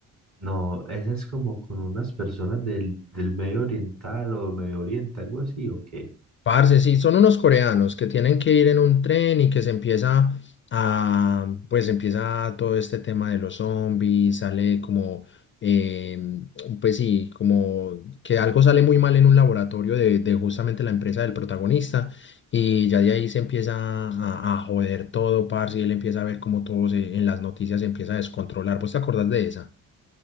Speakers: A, on the right; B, on the left.
A: No, esa es como con unas personas del, del Medio Oriental o Medio Oriente, algo así, ¿o qué?
B: Parce, sí, son unos coreanos que tienen que ir en un tren y que se empieza a, pues empieza todo este tema de los zombies, sale como, eh, pues sí, como que algo sale muy mal en un laboratorio de, de justamente la empresa del protagonista y ya de ahí se empieza a, a joder todo, parce, y él empieza a ver como todo se- en las noticias se empieza a descontrolar. ¿Vos te acordás de esa?